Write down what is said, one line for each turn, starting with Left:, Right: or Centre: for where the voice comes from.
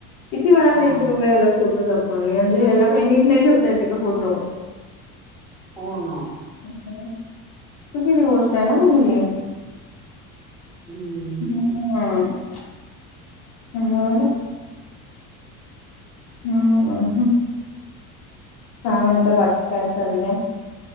Left: किती वेळा
Right: हा
Left: द्यायचे बाबा याला फोटोज आपण म्हणजे, ह्याला काय नीट नाही ठेवता येते का फोटो.
Right: हो ना.
Left: चुकीची गोष्ट आहे ना, मग ही.
Right: हम्म.
Left: हम्म. जेवला. हम्म काय म्हणता बाकी काय चाललंय.